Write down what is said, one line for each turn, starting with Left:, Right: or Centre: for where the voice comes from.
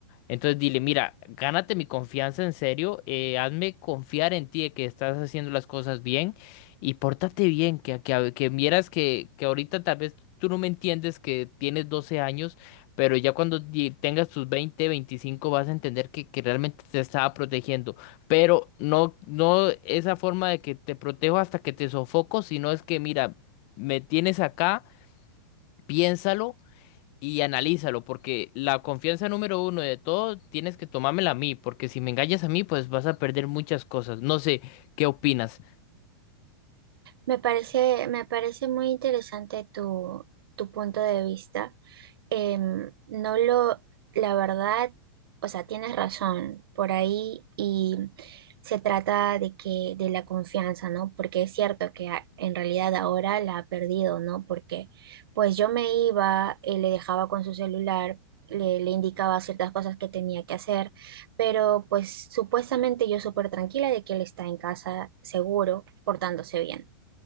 Left: Entonces dile, mira, gánate mi confianza en serio, eh, hazme confiar en ti de que estás haciendo las cosas bien y pórtate bien, que, que, a- que vieras que, que ahorita tal vez tú no me entiendes que tienes 12 años, pero ya cuando di- tengas tus 20, 25 vas a entender que, que realmente te estaba protegiendo, pero no, no esa forma de que te protejo hasta que te sofoco, sino es que mira, me tienes acá, piénsalo y analízalo, porque la confianza número uno de todo tienes que tomármela a mí, porque si me engañas a mí, pues vas a perder muchas cosas. No sé, ¿qué opinas?
Right: Me parece, me parece muy interesante tu, tu punto de vista. Em, no lo, la verdad, o sea, tienes razón por ahí y se trata de que, de la confianza, ¿no? Porque es cierto que a- en realidad ahora la ha perdido, ¿no? Porque pues yo me iba, eh, le dejaba con su celular, le, le indicaba ciertas cosas que tenía que hacer, pero pues supuestamente yo súper tranquila de que él está en casa seguro, portándose bien